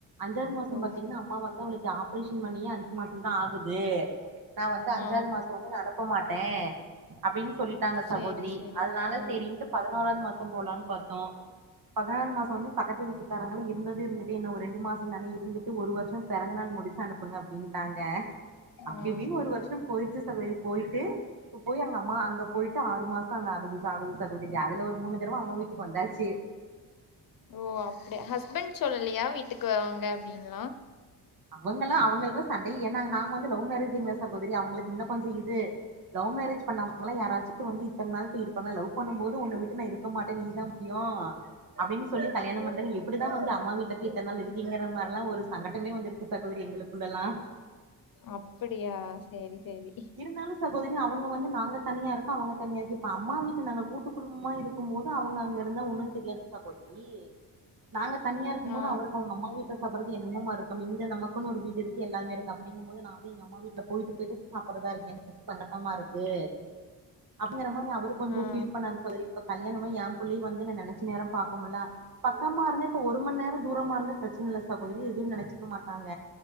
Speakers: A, on the right; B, on the left.
A: அஞ்சாது மாசம்
B: ஓ
A: பாத்தீங்கன்னா அம்மா வந்து அவங்களுக்கு ஆப் பரேஷன் பன்னியே அஞ்சு மாசம் தா ஆகுது நா வந்து அஞ்சாது
B: ஆ
A: மாசோ வந்து நா அனுப் போ மாட்டேன் அப்படின்னு சொல்லிட்டாங்க சகோதரி
B: சேரி சேரி
A: அதனால
B: ஆ
A: சரின்னுட்டு பதினோராது மாச ம் போலாம் பாத்தோம் பதினோறா மாசம் வந்து பக்கத்து வீட்டுக்காரங்கள இருந்ததும் இருந்துட்டு இன்னும் ஒரு ரெண்டு மாசம் தானே இருந்துட்டு ஒரு வருஷம் பிறந்த நாள் முடிச்சு அனுப்புங்க அப்டின்ட்டாங்க அப்டி
B: ஆ
A: அப்டின்னு ஒரு வருஷம் போயிருச்சு சகோதரி போயிட்டு இப்ப போய் அங்க அம்மா அங்க போயிட்டு ஆறு மாசம் அங்க ஆகுது சகோ சகோதரி அதுல ஒரு மூணு தடவை அம்மா வீட்டுக்கு வந்தாச்சு
B: ஓ அப்படிய ஹஸ்பண்ட் சொல்லலையா வீட்டுக்கு வாங்க அப்படின்லா
A: அவங்கல்லா அவங்களுக்குல்லா சண்டையே ஏன்னா நாங்க வந்து லவ் மேரேஜ்ங்களா சகோதரி அவங்களுக்கு இன்னு கொஞ்ச இது லவ் மேரேஜ் பண்ணவங்கல்லா யாராச்சு வந்து இத்தனை நாள்க்கு இருப்பாங்க லவ் பண்ணும் போது உன்னை வீட்டு நான் இருக்க மாட்டேன் நீதான் முக்கயம் அப்டின்னு சொல்லி கல்யாணம் <unintelligible> எப்படிதான் வந்து அம்மா வீட்டுல போய் இத்தனை நாள் இருந்தீங்கற மாதிரிலா ஒரு சங்கட்டமே வந்து சகோதரி எங்களுக்குள்ளல்லா
B: அப்படியா சரி சரி
A: இருந்தாலு சகோதரி அவங்க வந்து நாங்க தனியா இருக்க அவங்க தனியா இருக்கு அம்மா வீட்ல நாங்க கூட்டு குடும்பமா இருக்கும் போது அவங்க அங்க இருந்தா ஒன்னு தெரியாது சகோதரி நாங்க தனியா இருக்கும்
B: ஆ
A: போது அவருக்கு அவங்க அம்மா கிட்ட சப்பறது என்னமோ மாறி இருக்கு இங்க நமக்குனு ஒரு வீடு இருக்கு எல்லாமே இருக்கு அப்டிங்ம்போது நா போய் அம்மா வீட்டுல போயிட்டு போயிட்டு சாப்பிட்ரதா இருக்கு என்ன சங்கடமா இருக்கு அப்படிங்கற மாதிரி அவர் கொஞ்சம்
B: ஆ
A: பீல் பண்ணார் சகோதரி இப்ப கல்யாணம்மாயி ஏ பிள்ளையும் வந்து நான் நினைச்ச நேரம் பாக்க முடில பக்கமா இருந்தே இப்ப ஒரு மணி நேரம் தூரமா இருந்தே பிரச்சனைல்ல சகோதரி இதுன்னு நெனைச்சக்க மாட்டாங்க